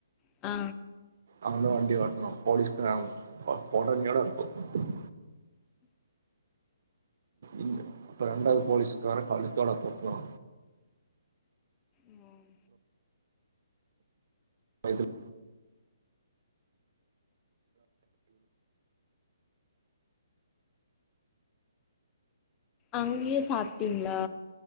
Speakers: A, on the left (about 20°); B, on the right (about 55°).
A: ஆ
B: அவந்தா வண்டி ஓட்னா போலீஸ் <unintelligible> இல்ல அப்ப ரெண்டாவ்து போலீஸுகார கழுத்தோட போபோறா
A: ம்
B: பயத்துல
A: அங்கயே சாப்ட்டீங்ளா